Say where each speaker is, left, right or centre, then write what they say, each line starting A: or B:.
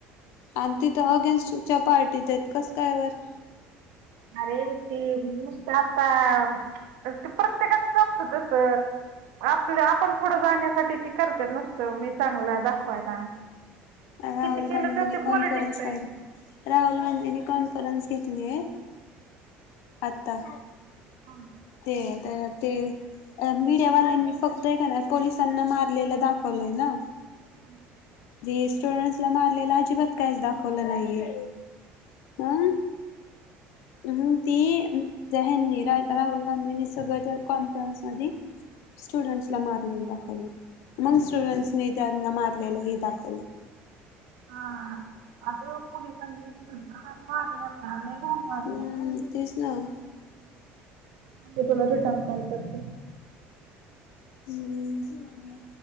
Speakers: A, on the left; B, on the right.
A: आणि तिथं अगेन्स्टच्या पार्टीत आहेत. कसं कायबर?
B: अरे ते नुसत आता, ते प्रत्येकाचच असत तस. आपल्या आपण पुढं जाण्यासाठी ती करते नुसतं, मी चांगलं दाखवायला.
A: राहुल
B: किती केलं
A: गांधीने
B: तर ते
A: कॉन्फरन्स
B: पॉलिटिक्स आहे
A: आनली. राहुल गांधीनी कॉन्फरन्स घेतली आहे, आता.
B: हम.
A: ते त्याच्या ते मीडियावाल्यांनी फक्त आहे क पोलिसांना मारलेलं दाखवलंय ना
B: हम्म.
A: रे स्टुडं्स ला मारलेलं अजिबात काहीच दाखवलं नाहीये. हं म्हणून ती हेन्नी रा -राहुल गांधीनी सगळं त्या कॉन्फरन्स मधी स्टुडंट्सला मारलेलं दाखवलय. मग स्टुडंटसनी त्यांना मारलेलं हे दाखवलं.
B: हा अग पोलिसांनी इतक घाण मारल्यात ना लई घाण मारल्यात.
A: हम्म तेच ना व.
B: थांब मी तुला रिटर्न कॉल करते.
A: हम्म